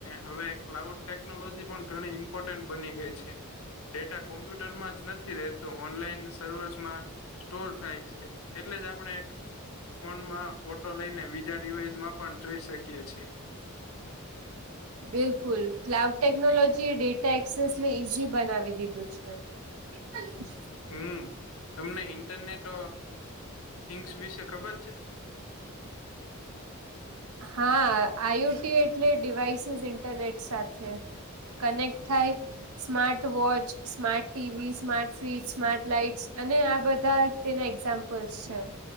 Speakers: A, on the left; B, on the right.
A: હવે ક્લાઉડ પણ ઘણી ઇમ્પોર્ટન્ટ બની ગઈ. ડેટા કોમ્પ્યુટરમાં જ નથી રહેતો, ઓનલાઈન સર્વર્સમાં. સ્ટોર થાય છે, એટલે જ આપણે એક ફોનમાં ફોટો લઈને, બીજા ડિવાઈસમાં પણ જોઈ શકીએ છીએ.
B: બિલકુલ, ક્લાઉડ ટેકનોલોજી એ ડેટા એક્સેસ ને ઈઝી બનાવી દીધું છે. એ <unintelligible>
A: હમ, તમને ઇન્ટરનેટ થિંગસ વિશે ખબર છે.
B: હા, આઈઓટી એટલે ડિવાઈસીસ ઇન્ટરનેટ સાથે કનેક્ટ થાય. Smart watch, smart TV, smart fridge, smart lights અને આ બધા તેના <unintelligible>